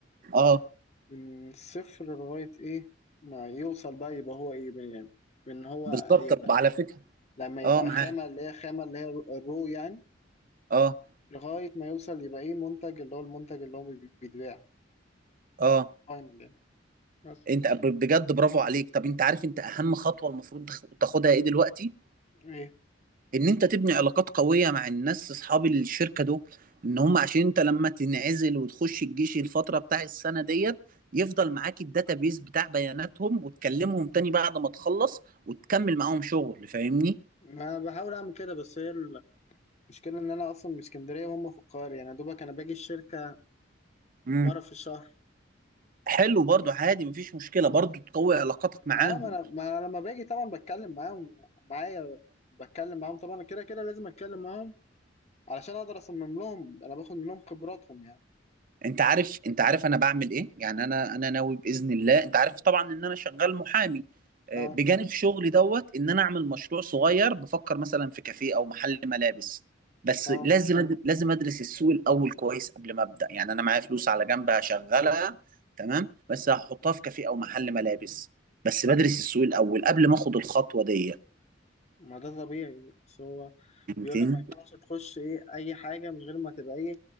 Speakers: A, on the right (about 45°); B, on the left (about 35°).
A: اه
B: من الصفر لغايه ايه ما يوصل بقى يبقى هو ايه من- يعني من هو
A: بالظبط
B: ي-
A: طب على فكرة
B: لما يبقى
A: اه معاه
B: خامه اللي هي خامه اللي هي الرو يعني
A: اه
B: لغايه ما يوصل يبقى ايه منتج اللي هو المنتج اللي هو بي- بيتباع
A: اه
B: فاينل يعني بس
A: انت بجد برافو عليك طب انت عارف انت اهم خطوه المفروض تاخ- تاخدها ايه دلوقتي
B: ايه
A: ان انت تبني علاقات قويه مع الناس اصحاب الشركه دول ان هم عشان انت لما تنعزل وتخش الجيش الفتره بتاع السنه ديت يفضل معاك الداتابيز بتاع بياناتهم وتكلمهم تاني بعد ما تخلص وتكمل معاهم شغل فاهمني
B: ما بحاول اعمل كده بس هي المشكله ان انا اصلا من اسكندريه وهم في القاهره يعني يا دوبك انا باجي الشركه
A: امم
B: مره في الشهر
A: حلو برضو عادي مفيش مشكله برضو تقوي علاقاتك معاهم
B: اه ما انا ما أنا لما باجي طبعا بتكلم معاهم ومعايا بتكلم معاهم طبعا كده كده لازم اتكلم معاهم علشان اقدر اصمم لهم انا باخد منهم خبراتهم يعني
A: انت عارف انت عارف انا بعمل ايه يعني انا انا ناوي باذن الله انت عارف طبعا ان انا شغال محامي آه،
B: اه
A: بجانب شغلي دوت ان انا اعمل مشروع صغير بفكر مثلا في كافيه او محل ملابس بس
B: اه
A: لازم أد... لازم ادرس السوق الاول كويس قبل ما ابدا يعني انا معايا فلوس على جنب هشغلها تمام بس هحطها في كافيه او محل ملابس بس بدرس السوق الاول قبل ما اخد الخطوه دي
B: ما ده طبيعي بس هو
A: فهمتني
B: بيقول لك ما ينفعش تخش ايه اي حاجه من غير ما تبقى ايه